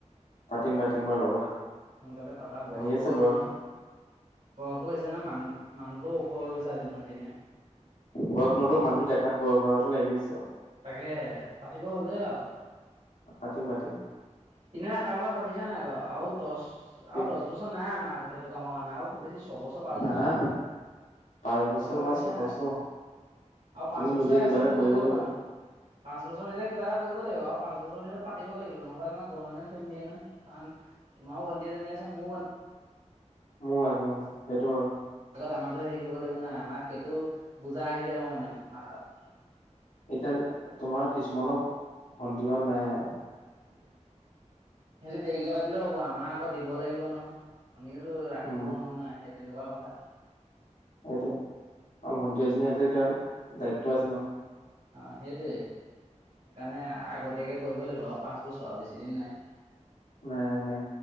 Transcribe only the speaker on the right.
সোনকালে পাতা বয়সো
হ'ল
নহয়। বয়সো হৈছে নহয় মানুহ মানুহটো ওখ হৈ গৈছে দিনক দিনে।
তাকেহে পাতিব হ'লে আৰু।
সিদিনা এটা কথা ভাবিছা নাই বাৰু আৰু দহ
আৰু দহ বছৰ নাই আমাৰ হাতত সেইটো কামৰ কাৰণ আৰু খুব বেছি ছবছৰ পাঁচ বছৰ।
কথাটো
ভাবিছে
নে আউ পাঁচ
বছই
আছে
বুলি
ধৰিব
পাৰা। পাঁচ বছৰ ভিতৰত কিবা এটা কৰিব লাগিব আউ পাঁচ বছৰ ভিৰত পাতিব লাগিব নহবা তোমাক ঘ মানুহে থৈ নিদিয়ে নহয় কাৰণ তোমাৰো ভন্টি এজনী আছে মো ভন
আগত আমাৰো হেৰি কৰিব লাগিব ন আমাৰ সেইটো বুজা আহি যাব মানে মাথাত
সিহঁতি দেৰিকে পাতিলেও হ'ব আমাৰ আকৌ দিব লাগিব নহয় আমিওতো ৰাখি
থব নোৱাও না তেনেকা কথা
অ', সেইটোৱে সেইকাৰণে আগতীয়াকে কৰিব লাগিব আউ পাঁচ বছৰ আউ বেছি দিন নাই